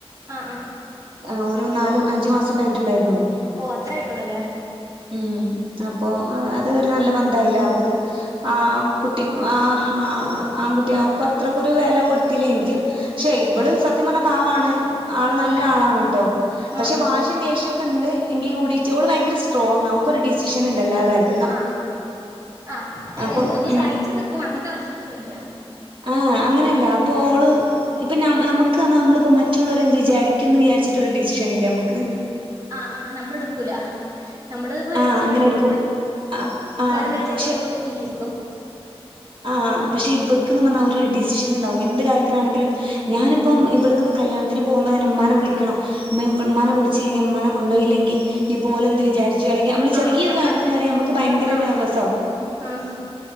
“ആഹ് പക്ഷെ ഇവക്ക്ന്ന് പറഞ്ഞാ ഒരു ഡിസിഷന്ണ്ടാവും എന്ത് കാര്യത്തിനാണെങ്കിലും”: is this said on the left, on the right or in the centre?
Right